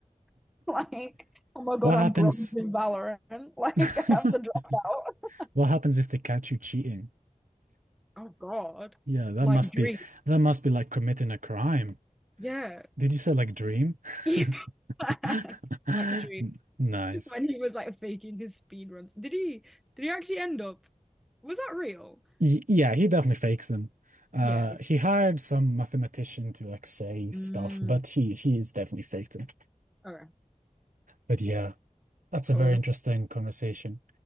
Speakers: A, in the centre; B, on the right.
A: <laughs> Like, oh my God,
B: What
A: I'm
B: happens?
A: bronze in Valorant. <laughs> Like,
B: <laughs>
A: I have to drop out.
B: What happens if they catch you cheating?
A: Oh God.
B: Yeah, that
A: Like
B: must
A: Dream.
B: be that must be like committing a crime.
A: Yeah.
B: Did you say like dream?
A: <laughs>
B: <laughs>
A: Like Dream.
B: N- Nice.
A: When he was like faking his speed runs. Did he did he actually end up? Was that real?
B: Y yeah, he definitely fakes them. Uh,
A: Yeah.
B: he hired some mathematician to like say stuff,
A: Mm.
B: but he he is definitely faked them.
A: Okay.
B: But yeah, that's
A: Cool.
B: a very interesting conversation.